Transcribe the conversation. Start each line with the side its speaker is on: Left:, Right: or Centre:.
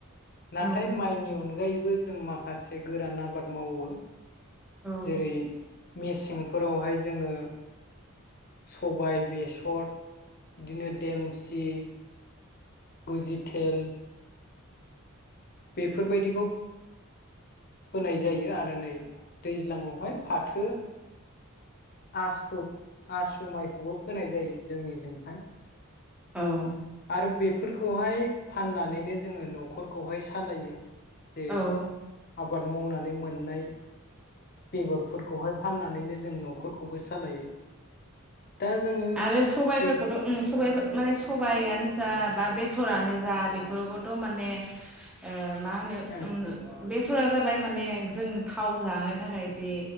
Left: नाथाय
Centre: औ
Left: माइनि अनगायैबो। बो जों माखासे गोरान आबाद मावो
Centre: औ
Left: जेरै मेसेंफोरावहाय जोङो सबाय बेसर बिदिनो देमसि बुजिथेल। बेफोरबायदिखौ होनाय जायो आरो नै दैज्लाङावहाय फाथो। आसु आसु माइखौबो फोनाय जायो जोंनिजोंहाय।
Centre: औ
Left: आरो बे। फोरखौहाय फाननानैनो जोङो न'खरखौहाय सालायो। जे
Centre: औ
Left: आब आबाद मावनानै मोननाय बेगरफोरखौहाय फाननानैनो जों न' खरखौबो सालायो। दा जोङो
Centre: आरो सबायाइफोरखौथ'
Left: बे
Centre: उम सबाय। माने सबायानो जा बा बे सरानो जा बेफोरखौथ' माने ओ मा होनो
Left: उम
Centre: ओम बेस'रा जाबाय माने जों थाव जानो थाखाय जे